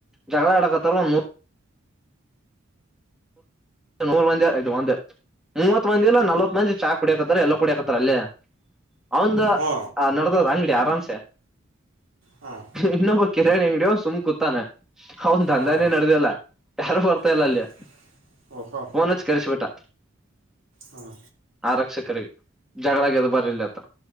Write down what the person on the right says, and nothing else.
ಹ್ಞೂ
ಹಾಂ
ಹಾಂ
ಹಾಂ
ಓಹೋ
ಹಾಂ